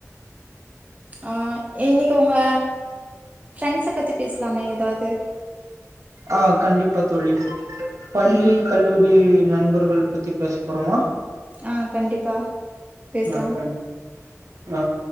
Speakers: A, on the right; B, on the right.
A: ஆ இன்னக்கி உங்க ஃப்ரெண்ட்ஸ பத்தி பேசலாமே ஏதாவ்து
B: ஆ கண்டிப்பா தோழி பள்ளி
A: ம்
B: கல்லூரி நண்பர்கள பத்தி பேசப் போறோமா
A: ஆ கண்டிப்பா பேசலாம்
B: அ கண்டி ஆ